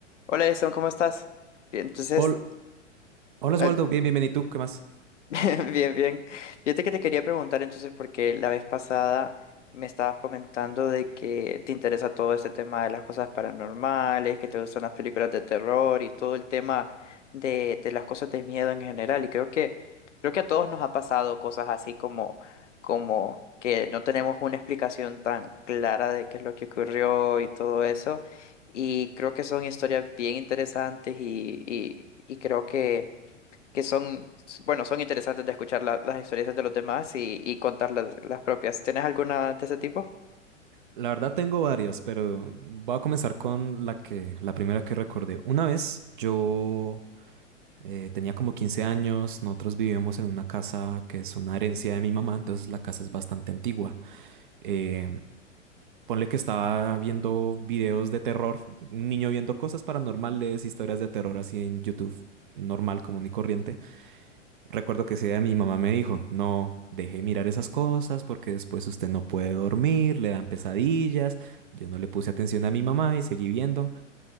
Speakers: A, on the left; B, on the right.
A: Hola, Jason, ¿cómo estás? Bien, entonces,
B: Hol- Hola Oswaldo,
A: eh,
B: bien, bienvenido. ¿Y tú qué más?
A: <laughs> Bien, bien. Fíjate que te quería preguntar entonces, porque la vez pasada me estabas comentando de que te interesa todo este tema de las cosas paranormales, que te gustan las películas de terror y todo el tema de, de las cosas de miedo en general. Y creo que, creo que a todos nos ha pasado cosas así como, como que no tenemos una explicación tan clara de qué es lo que ocurrió y todo eso. Y creo que son historias bien interesantes y, y y creo que que son, bueno, son interesantes de escuchar la- las experiencias de los demás y, y contar las, las propias. ¿Tienes alguna de ese tipo?
B: La verdad tengo varias, pero voy a comenzar con la que, la primera que recordé. Una vez yo eh, tenía como quince años, nosotros vivíamos en una casa que es una herencia de mi mamá, entonces la casa es bastante antigua. Eh, ponle que estaba viendo videos de terror, un niño viendo cosas paranormales, historias de terror así en YouTube, normal, común y corriente. Recuerdo que ese día mi mamá me dijo, no deje de mirar esas cosas porque después usted no puede dormir, le dan pesadillas. Yo no le puse atención a mi mamá y seguí viendo.